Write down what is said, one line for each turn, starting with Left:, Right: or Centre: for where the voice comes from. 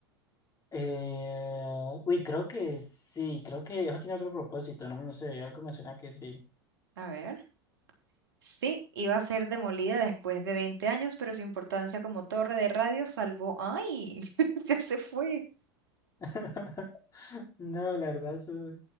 Left: Eh, uy, creo que sí, creo que eso tiene otro propósito, no, no sé, algo me suena que sí.
Right: A ver. Sí, iba a ser demolida después de 20 años, pero su importancia como torre de radio salvó. ¡Ay! <laughs> Ya se fue.
Left: <laughs> No, la verdad, eso-